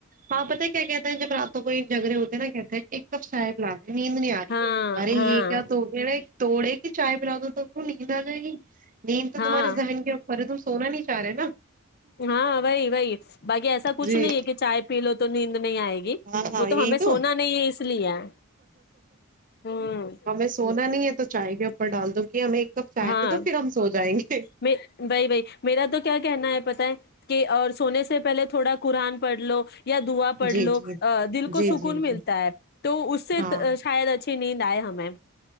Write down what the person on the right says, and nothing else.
ہاں پتہ ہے کیا کہتے جب راتوں کوئی جگرے ہوتے نا کیا ایک کب کپ چائے پلا دے نیند نہیں آ
ارے یہ
کیا تو توڑے چائے پلا دو نیند آ جائے گی نیند تو
تمہارےذہن کے اوپر ہے تو سونا نہیں چاہ رہے نا
جی
ہاں ہاں
یہی
تو
ہمیں سونا نہیں ہے تو چائے کے اوپر ڈال دو کہ ہم ایک کپ چائے
دے دو تو پھر ہم سو جائیں گے
جی
جی
جی
جی
جی
ہاں